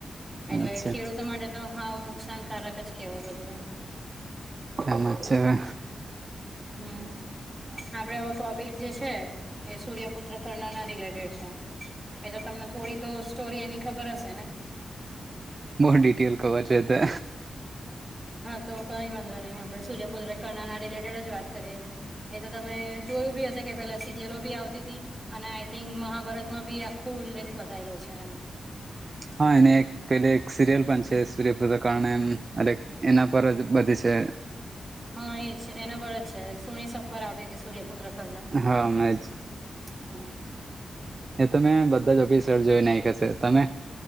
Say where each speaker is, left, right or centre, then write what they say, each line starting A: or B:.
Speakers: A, on the right (about 20°); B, on the right (about 45°).
A: એટલે
B: છે
A: ખેડૂતો માટે તો હાવ નુકસાનકારક જ કેવાય બધું એમ.
B: એમ જ છે અવે.
A: હમમ આપણે આવો ટોપિક જે છે. એ સૂર્યપુત્ર કરણના રિલેટેડ છે. એતો તમને થોડી તો સ્ટોરી એની ખબર હશે ને?
B: બો ડિટેલ કવર છે એતો.
A: હા, તો કઈ વાંધો નહી આપણે સૂર્યપુત્ર કરનના રિલેટેડ જ વાત કરીએ. એ તો તમે જોયું બી હશે કે પેલા સિરિયલો બી આવતી હતી. અને આઈ થિંક મહાભારતમાં બી આખું ઉલ્લેખ બતાયેલો છે એમ.
B: હા. એને એક પેલી એક સિરિયલ પણ છે સૂર્યપુત્ર કારણ એમ. એના પર જ બધી છે.
A: હા, એ જ એના પર જ છે સોની શબ પર આવતી તી સૂર્યપુત્ર કરણ.
B: હા મેજ
A: હા.
B: એ તો મે બધા જ એપીસોડ જોય નાખેલા છે તમે?